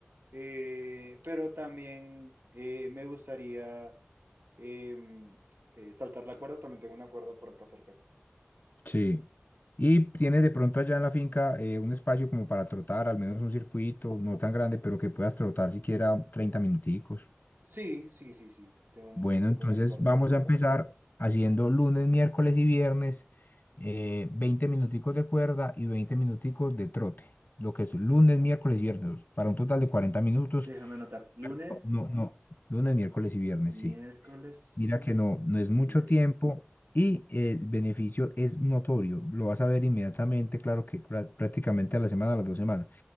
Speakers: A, on the right (about 55°); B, on the left (about 45°).
A: eh, pero también eh, me gustaría Eh, eh, saltar la cuerda, también tengo una cuerda por acá cerca.
B: Sí. Y tienes de pronto allá en la finca eh, un espacio como para trotar, al menos un circuito, no tan grande, pero que puedas trotar siquiera 30 minuticos.
A: Sí, sí, sí, sí, tengo un,
B: Bueno,
A: un
B: entonces
A: buen espacio
B: vamos
A: para correr.
B: a empezar haciendo lunes, miércoles y viernes, eh, 20 minuticos de cuerda y 20 minuticos de trote, lo que es lunes, miércoles y viernes, para un total de 40 minutos.
A: Déjame anotar. Lunes,
B: No, no, no, lunes, miércoles y viernes,
A: miércoles
B: sí. Mira que no, no es mucho
A: y viernes.
B: tiempo y el beneficio es notorio. Lo vas a ver inmediatamente, claro que prá- prácticamente a la semana, a las dos semanas.